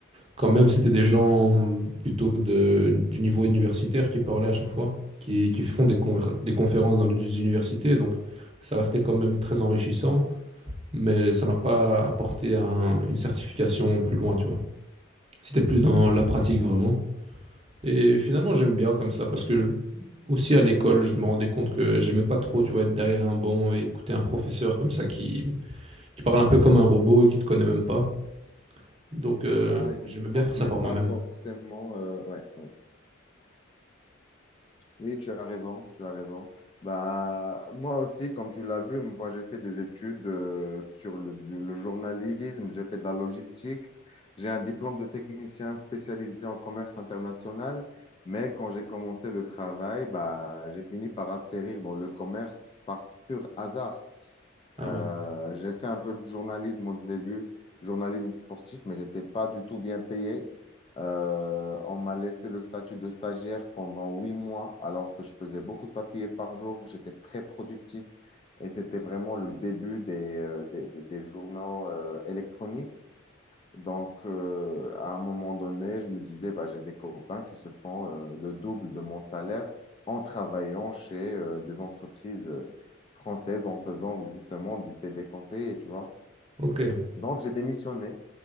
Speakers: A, on the right; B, on the left.
A: quand même, c'était des gens plutôt que de, du niveau universitaire qui parlaient à chaque fois, qui, qui font des, conver- des conférences dans des universités. Donc, ça restait quand même très enrichissant, mais ça m'a pas apporté un- une certification plus loin, tu vois. C'était plus dans la
B: ok.
A: pratique vraiment. Et finalement, j'aime bien comme ça parce que je- aussi à l'école, je me rendais compte que j'aimais pas trop, tu vois, être derrière un banc et écouter un professeur comme ça qui, qui parle un peu comme un robot et qui te connaît même pas. Donc, euh,
B: C'est ça, et qui
A: j'aimais
B: ne
A: bien
B: transmet
A: faire ça par
B: pas
A: moi-même.
B: forcément. euh, ouais, ouais. Oui, tu as raison, tu as raison. Bah, moi aussi, comme tu l'as vu, moi j'ai fait des études euh, sur le, le journalisme, j'ai fait de la logistique, j'ai un diplôme de technicien spécialisé en commerce international, mais quand j'ai commencé le travail, bah, j'ai fini par atterrir dans le commerce par pur hasard.
A: Ah
B: Euh,
A: ouais.
B: j'ai fait un peu de journalisme au début, journalisme sportif, mais j'étais pas du tout bien payé. Euh, on m'a laissé le statut de stagiaire pendant huit mois, alors que je faisais beaucoup de papiers par jour. J'étais très productif et c'était vraiment le début des, euh, des, des- des journaux euh, électroniques. Donc, euh, à un moment donné, je me disais, bah, j'ai des copains qui se font euh, le double de mon salaire en travaillant chez euh, des entreprises euh, françaises en faisant justement du téléconseiller, tu vois.
A: Ok.
B: Donc, j'ai démissionné